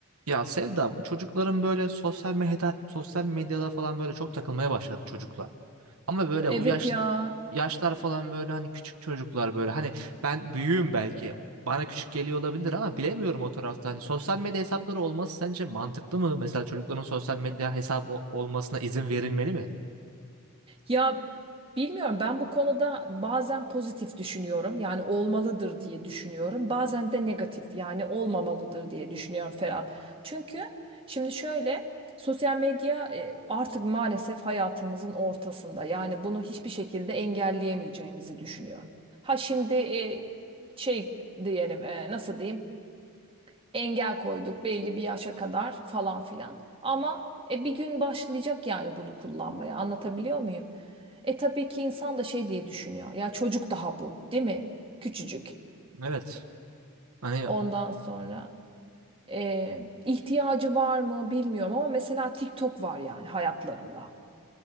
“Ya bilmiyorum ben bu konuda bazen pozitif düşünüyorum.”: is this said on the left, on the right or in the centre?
Right